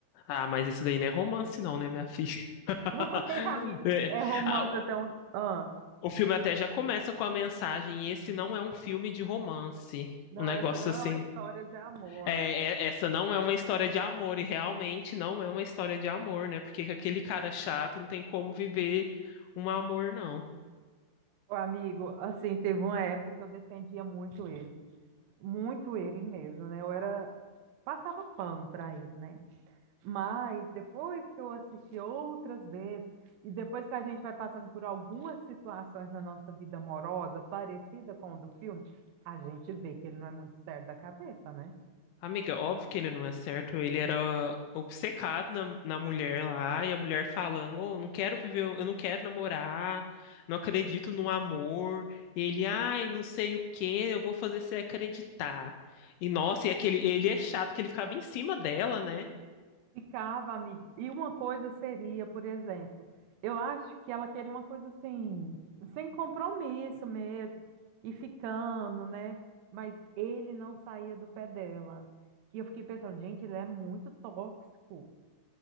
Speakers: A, on the left; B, on the right.
A: Ah, mas esse daí não é romance, não, né, minha filha? <laughs>
B: <laughs> Vai, amigo.
A: É,
B: É romance
A: ah,
B: até um. Ah,
A: O filme até já começa com a mensagem: esse não é um filme de romance.
B: não,
A: Um negócio
B: essa não
A: assim.
B: é uma história de amor.
A: É, é- essa não é uma história de amor, e realmente não é uma história de amor, né? Porque com aquele cara chato não tem como viver um amor, não.
B: Ô, amigo, assim, teve uma época que eu defendia muito ele. Muito ele mesmo, né? Eu era. Passava pano pra ele, né? Mas depois que eu assisti outras vezes, e depois que a gente vai passando por algumas situações na nossa vida amorosa, parecida com o do filme, a gente vê que ele não é muito certo da cabeça, né?
A: Amiga, óbvio que ele não é certo. Ele era obcecado na, na mulher lá, e a mulher falando: Oh, não quero viver, eu não quero namorar, não acredito no amor. E ele, ai, não sei o que, eu vou fazer você acreditar. E nossa, e aquele, ele é chato que ele ficava em cima dela, né?
B: Ficava, amigo. E uma coisa seria, por exemplo, eu acho que ela queria uma coisa assim, sem compromisso mesmo, e ficando, né? Mas ele não saía do pé dela. E eu fiquei pensando, gente, ele é muito tóxico.